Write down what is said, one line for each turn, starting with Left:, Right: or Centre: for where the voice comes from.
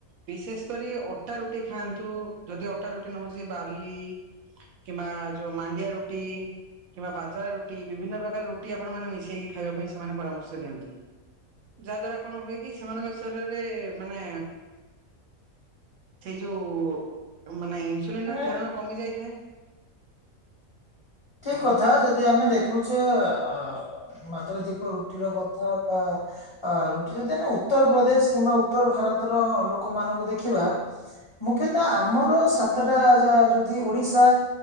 Right: ବିଶେଷ କରି ଅଟା ରୁଟି ଖାଆନ୍ତୁ ଯଦି ଅଟା ରୁଟି ନ ହଉଛି ବାଲି କିମ୍ବା ଯୋ ମାଣ୍ଡିଆ ରୋଟି। କିମ୍ବା ବାଜରା ରୁଟି ବିଭିନ୍ନ ପ୍ରକାର ରୁଟି ଆପଣ ମାନ ମିଶେଇକି ଖାଇବା ପାଇଁ ସେମାନେ ପରାମର୍ଶ ଦିଅନ୍ତି। ଯାହା ଦ୍ଵାରା କଣ ହୁଏ କି ସେମାନଙ୍କ ଶରୀରରେ। ମାନେ ସେଇ ଯୋଉ ମାନେ ଇନ୍ସୁଲିନ
Left: ମାନେ
Right: ର କ୍ଷାରଣ। କମି ଯାଇଥାଏ।
Left: ଠିକ୍
Right: ହଁ
Left: କଥା ଯଦି ଆମେ ଦେଖୁଛେ ଅ ମାତ୍ରାଧିକ ରୁଟିର କଥା ବା ଆ ରୁଟି ଯଦି ଆମେ ଉତ୍ତର ପ୍ରଦେଶ କିମ୍ବା ଉତ୍ତର ଭାରତର ଲୋକମାନଙ୍କୁ ଦେଖିବା। ମୁଖ୍ୟତଃ ଆମର ସାତଟା ଯା ଯଦି ଓଡି଼ଶା